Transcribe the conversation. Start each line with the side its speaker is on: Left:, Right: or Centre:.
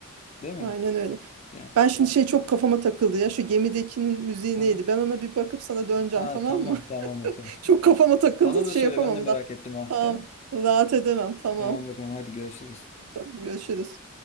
Left: Değil mi?
Right: aynen öyle.
Left: Yani.
Right: Ben şimdi
Left: Ben-
Right: şey çok kafama takıldı ya. Şu gemidekinin müziği
Left: Aha.
Right: neydi? Ben ona bir bakıp sana döneceğim
Left: Ha,
Right: tamam
Left: tamam
Right: mı?
Left: tamam bakalım.
Right: Çok kafama
Left: <laughs>
Right: takıldı
Left: Bana da
Right: şey
Left: söyle
Right: yapamam
Left: ben de merak
Right: da.
Left: ettim ha.
Right: Tamam
Left: Tamam.
Right: rahat edemem tamam.
Left: Tamam bakalım hadi görüşürüz.
Right: Tamam, Görüşürüz.